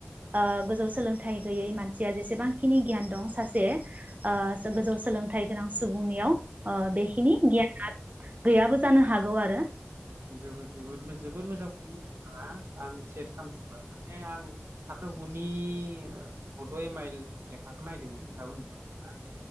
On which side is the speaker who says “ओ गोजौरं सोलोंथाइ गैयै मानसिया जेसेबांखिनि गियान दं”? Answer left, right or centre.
Right